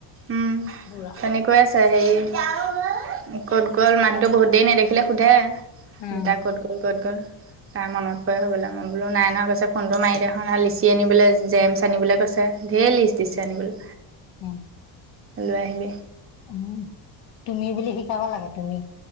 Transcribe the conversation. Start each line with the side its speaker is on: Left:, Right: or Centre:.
Right: উম
Left: পুৰা
Right: তেনেকুৱাই আছে আচছা হেৰি ক'ত গ'ল মানুহতটো বহুত দেৰি নেদেখিলে সোধে।
Left: উম
Right: দেতাক ক'ত গ'ল ক'ত গ'ল। তাৰ মনত পৰে বোলে মই বোলো নাই নহয় কৈছে ফোনটো মাৰি দেখ ন লিচি আনিবলৈ জেমছ আনিবলে কৈছে <unintelligible> ধেৰ লিষ্ট দিছে আনিবলৈ
Left: উম
Right: লৈ আহিবি
Left: উ তুমি বুলি শিকাব লাগে তুমি